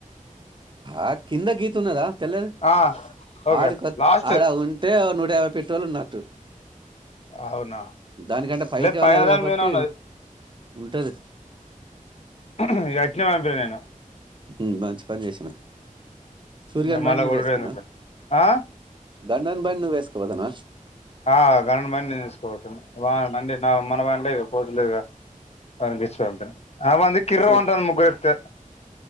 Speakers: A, on the right (about 35°); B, on the left (about 50°).
A: ఆ కింద గీత ఉన్నదా తెల్లది
B: ఆ ఓకే
A: ఆడుక
B: లాస్ట్
A: ఆడ ఉంటే నూట యాబై పెట్ తోలున్నట్టు
B: అవునా
A: దానికంటే పైకె
B: లేదు పైన
A: ఉన్నది
B: దాని
A: కాబట్టి
B: మీద ఉన్నది
A: ఉంటది
B: ఆ అట్టనే పంపిన నేను
A: ఊ మంచి పని చేసిన సూర్యగాని
B: ఇక మళ్ళా
A: బండి నువ్వ
B: కొడుడు
A: వేసుకున్నా
B: ఎందుకులే ఆ
A: గండోని బండి నువ్వ వేసుకున్ తొడదన
B: ఆ గని బండి నేను తీసుకబోతున్నా మ బండి మన బన్ అంటే పోతలేదు గా అనిపిస్తాంది అ బండి కిర్
A: చె
B: మంటాంది ముగ్గురు ఎక్కితే